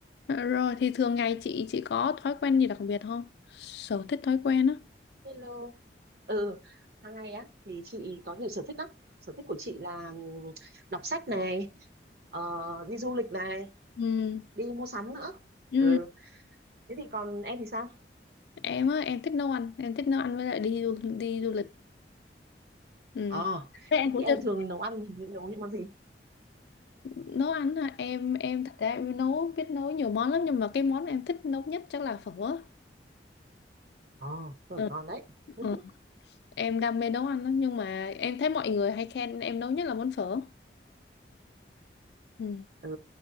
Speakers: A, on the left; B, on the right.
A: Ờ, Rồi thì thường ngày chị chị có thói quen gì đặc biệt không? Sở thích thói quen á.
B: Hello. Ừ, hàng ngày á thì chị có nhiều sở thích lắm. Sở thích của chị là ừm, đọc sách này, ờ, đi du lịch này,
A: Ừ.
B: đi mua sắm nữa.
A: Ừ.
B: Ừ, thế thì còn em thì sao?
A: Em á, em thích nấu ăn, em thích nấu ăn với lại đi du, đi du lịch. Ừ.
B: Ờ,
A: Thế em
B: thế
A: cũng
B: thì em
A: chưa thích
B: thường nấu ăn thì nấu những món gì?
A: nấu ăn hả? Em em thật ra em nấu biết nấu nhiều món lắm nhưng mà cái món em thích nấu nhất chắc là phở á.
B: Ờ, phở
A: Ừ.
B: ngon đấy. <laughs>
A: Ừ. Em đam mê nấu ăn lắm nhưng mà em thấy mọi người hay khen em nấu nhất là món phở. Ừ.
B: Ừ,